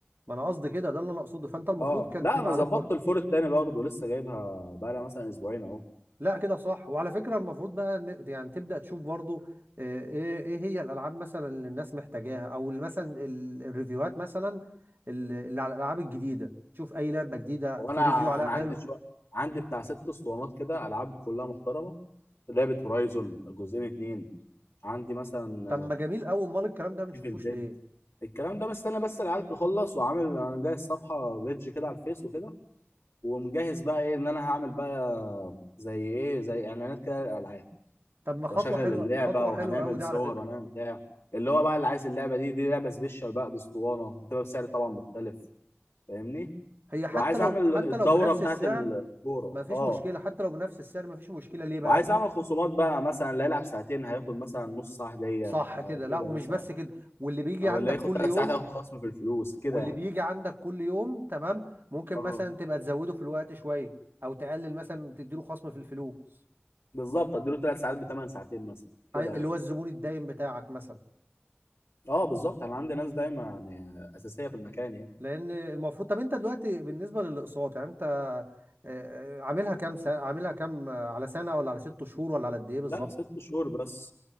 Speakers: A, on the right (about 55°); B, on the left (about 80°).
A: ما انا قصدي كده ده اللي انا اقصده فانت المفروض
B: اه
A: كان
B: لا
A: تبقى
B: انا ظبطت
A: على كل
B: الفور التاني برضه لسه جايبها بقى لها مثلا اسبوعين اهو
A: لا كده صح وعلى فكرة المفروض بقى ن- يعني تبدأ تشوف برضو آه، ايه ايه هي الالعاب مثلا اللي الناس محتاجاها او ال- مثلا ال- الريفيوهات مثلا ال- اللي على الالعاب الجديدة تشوف اي لعبة جديدة
B: هو
A: في
B: انا
A: ريفيو عليها
B: انا
A: حلو
B: عندي شويه عندي بتاع ست اسطوانات كده العاب كلها محترمه لعبه هورايزون جزئين اتنين عندي مثلا
A: طب ما جميل قوي امال الكلام ده ما نشوفوش
B: ايفل ديد
A: ليه
B: الكلام ده مستني بس العيال تخلص وعامل انا مجهز صفحه بيدج كده على الفيس وكده ومجهز بقى ايه ان انا هعمل بقى زي ايه زي اعلانات كده للالعاب
A: طب ما خطوة
B: واشغل
A: حلوة
B: اللعبه
A: خطوة
B: وهنعمل
A: حلوة قوي دي
B: صور
A: على فكرة
B: وهنعمل بتاع اللي هو بقى اللي عايز اللعبه دي دي لعبه سبيشال بقى باسطوانه هتبقى بسعر طبعا مختلف فاهمني
A: هي حتى
B: وعايز
A: لو
B: اعمل
A: حتى
B: الدوره
A: لو بنفس
B: بتاعت
A: السعر
B: الكوره
A: ما فيش
B: اه
A: مشكلة حتى لو بنفس السعر ما فيش مشكلة ليه بقى
B: وعايز اعمل خصومات بقى مثلا اللي هيلعب ساعتين هياخد مثلا نص ساعه هديه
A: صح
B: آه
A: كده
B: كده
A: لا ومش
B: مثلا
A: بس كده واللي بيجي
B: او
A: عندك
B: اللي هياخد
A: كل
B: ثلاث
A: يوم
B: ساعات هياخد خصم في الفلوس كده
A: واللي
B: يعني
A: بيجي عندك كل يوم تمام ممكن
B: اه
A: مثلا تبقى تزوده في الوقت شويه او تقلل مثلا تديله خصم في الفلوس
B: بالظبط اديله ثلاث ساعات بثمان ساعتين مثلا كده
A: ايوه
B: يعني
A: اللي هو الزبون الدايم بتاعك مثلا
B: اه بالظبط انا عندي ناس دايما يعني اساسيه في المكان يعني
A: لان المفروض طب انت دلوقتي بالنسبه للاقساط يعني انت آه، آه، عاملها كام سنه عاملها كام آه، على سنه ولا على ست شهور ولا على قد ايه بالظبط
B: لا ست شهور بس